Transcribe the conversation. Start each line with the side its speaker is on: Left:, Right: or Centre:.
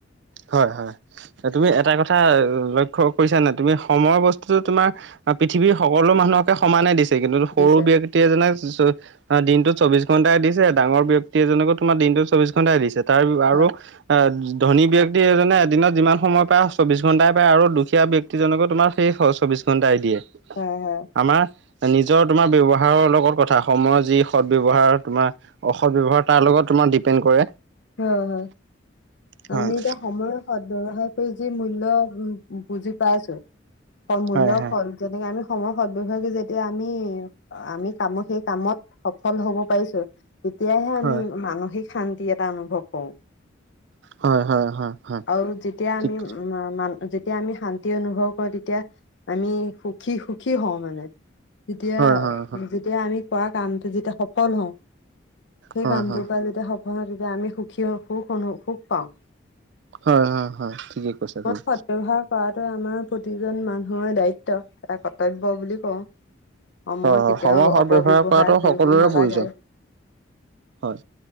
Right: হয় হয় তুমি এটা কথা ল ক্ষ কৰিছা নাই তুমি সময়ৰ বস্তুতটো তোমাৰ পৃথিৱীৰ সকলো মানুহকে সমানে দিছে। কিন্তু
Left: বুজিছে
Right: সৰু বিয়া ক্তি এজনেক চ দিনতো চৌবিশ ঘন্টাই দিছে ডাঙৰ ব্যক্তি এজনকো তোমাৰ দিনতো চৌবিশ ঘন্টাই দিছে তাৰ আৰু
Left: হয়
Right: আ ধনী ব্যক্ ক্তি এজনে এদিনত যিমান সময় পায় চৌবিশ ঘণ্টাই পায়, আৰু দুখীয়া ব্যক্তিজনকো তোমাৰ সেই চৌবিশ ঘণ্টাই দিয়ে।
Left: হয় হয়
Right: আমাৰ নিজৰ তোমাৰ ব্যৱহাৰৰ লগত, কথা সময় যি সৎ-ব্যৱহাৰ, তোমাৰ অসৎ -ব্যৱহাৰ তাৰ লগত তোমাৰ ডিপেণ্ড কৰে।
Left: হয়, হয়
Right: হয়
Left: আমি এতিয়া সময়ৰ সদ- ব্যৱহাৰ কৰি যি মূল্য উম বুজি পাইছো সেই মূল্য
Right: হয় হয়
Left: ফল যেনেকে আমি সময়ৰ সদ- ব্যৱহাৰবোৰ যেতিয়া আমি আমি কামত সেই কামত সফল হব পাৰিছো। তেতিয়াহে আমি
Right: হয়
Left: মানসিক শান্তি এটা অনুভৱ কৰো।
Right: হয় হয় হয় হয়
Left: আৰু যেতিয়া
Right: ঠিক
Left: আমি
Right: কথা।
Left: মান যেতিয়া আমি শান্তি অনুভৱ কৰো তেতিয়া আমি সুখী সুখী হওঁ মানে তেতিয়া
Right: হয় হয় হয়
Left: যেতিয়া আমি কৰা কামটো যেতিয়া সফল হওঁ সেই
Right: হয়
Left: কামটোৰ
Right: হয়
Left: পা যদ সফল হও তেতিয়া আমি সুখী হও সুখ অনু সুখ পাওঁ
Right: হয়, হয়, হয় ঠিকেই কৈছা
Left: মই
Right: তুমি।
Left: সদব্যৱহাৰ কৰাটো আমাৰ প্ৰতিজন মানুহৰ দায়িত্ব এটা কৰ্তব্য বুলি কওঁ। সময়
Right: হয় হয়
Left: কেতিয়াও
Right: সময়
Left: অপব্যৱহাৰ
Right: সদ ব্যৱহাৰ কৰাটো
Left: কৰিব
Right: সকলোৰে
Left: নালাগে।
Right: প্ৰয়োজন হয়